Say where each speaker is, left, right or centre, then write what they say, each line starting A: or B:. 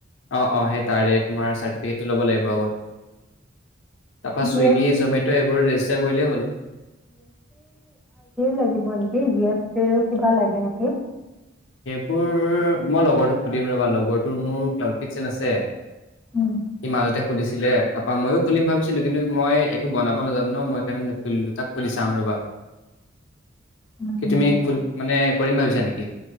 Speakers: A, on the left; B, in the centre.
A: অ'-অ' সেই তাৰে তোমাৰ চাৰ্টিফিকেটটো ল'ব লাগিব আগত । তাৰপা
B: জি
A: চুইগি
B: এছ
A: জমেট' এই- পুৰা ৰেজিষ্টাৰ কৰিলেই হ'ল ।
B: লাগিব নেকি, কিবা লাগে নেকি?
A: তোৰ মই লগৰ সুধিম ৰ'বা লগৰটোৰ মোৰ ক্লাউড কিটচেন আছে
B: উম
A: । ই মাজতে । খুলিছিলে তাৰপা ময়ো খুলিম ভাবিছিলো কিন্তু মই একো বনাব নাজানো ন মই সেইকাৰণে নুখুলিলো তাক সুধি চাম ৰবা।
B: উম,
A: কি তুমি খুলি মানে কৰিম ভাবিছা নেকি?